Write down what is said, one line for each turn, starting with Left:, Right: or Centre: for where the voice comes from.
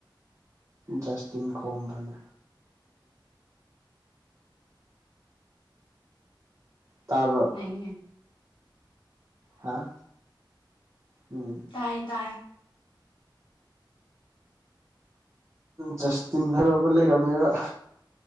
Right: ꯁꯇ ꯈꯣꯕꯅꯤ ꯇꯥ꯭ꯔ
Left: ꯑꯩ
Right: ꯍꯥꯥ ꯎꯝ
Left: ꯇꯥꯏ ꯇꯥꯏ
Right: ꯖꯁꯇꯤꯟ ꯍꯥꯏꯕ ꯑꯃ ꯂꯩꯔꯝꯃꯦꯕ